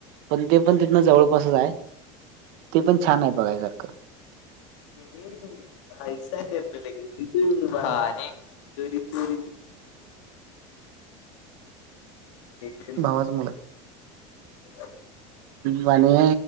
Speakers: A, on the right; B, on the left.
A: पण ते पण तिथनं जवळपासच आहे ते पण छान आहे बघाय सर
B: हम् ैसाक एम लागेली तबने चोरी चोरी क
A: भावाचा
B: <inaudible>
A: वाणे